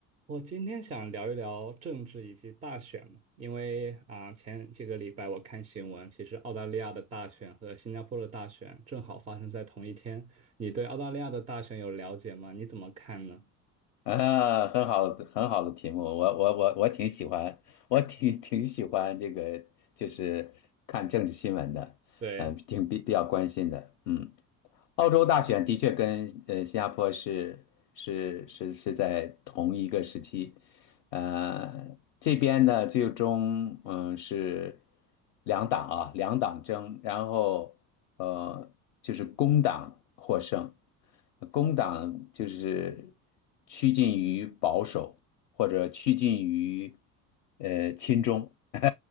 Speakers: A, on the right; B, on the left.
A: 我今天想聊一聊政治以及大选嘛，因为啊、前几个礼拜我看新闻，其实澳大利亚的大选和新加坡的大选正好发生在同一天。你对澳大利亚的大选有了解吗？你怎么看呢？
B: 啊，很好，很好的题目，我我我我挺喜欢，我挺挺喜欢这个，就是看政治新闻的，
A: 对，
B: 嗯、挺比比较关心的，嗯。澳洲大选的确跟呃新加坡是是是是在同一个时期，呃，这边呢最终嗯是两党啊两党争，然后呃就是工党获胜，工党就是趋近于保守或者趋近于呃亲中，<laughs>